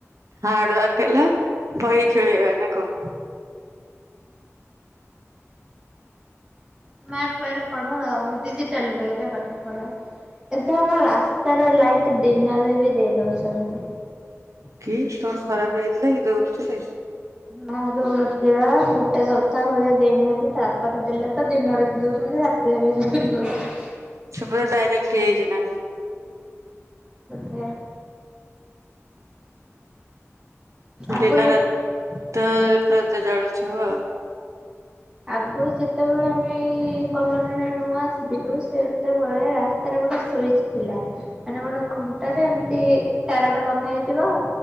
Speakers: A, on the right; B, on the right.
A: ହାର୍ଡ ୱାର୍କ ହେଲା ବହି ଖେଳେଇବା ନା କଣ?
B: ସ୍ମାଟ ଓଏରେ ପଢ। ଡିଜିଟାଲ ୱରେ ପାଠ ପଢ ଏ ଆମର ରାସ୍ତାର ଲାଇଟ୍ ଦିନରେ ବି ଦେଇ ଦଉଛନ୍ତି।
A: କି ତୋର ଖରାପ ହେଇଥିଲା କି ଦଉନଥିଲେ।
B: ନା ଦଉନଥିଲ ବା ଗୋଟେ ସପ୍ତାହ ଭଳିଆ ଦେଇନାହାନ୍ତି ତାପରେ ଦେଲେ ତ ଦିନରେ ବି ଦଉଛନ୍ତି ରାତିରେ ବି ଦଉଛନ୍ତି।
A: ସବୁ ଡାଇରେକ୍ଟ ହେଯଇଛି ନା କଣ?
B: ବୋଧେ। ଆଗରୁ
A: ଦିନ
B: ଯେ
A: ରାତି ତ ପ୍ରତି ଜଳୁଛୁ ଆଉ।
B: ଆଗରୁ ଯେତେବେଳେ ଆମେ ଏଇ କଲୋନୀଟା ନୂଆ ଆସିଥିଲୁ ସେ ଯେତେବେଳେ ରାସ୍ତାରେ ଗୋଟେ ସୁଇଚ୍ ଥିଲା ମାନେ ଗୋଟେ ଖୁଣ୍ଟରେ ଏମିତି ତାରଟା ବନ୍ଧା ହେଇଥିବ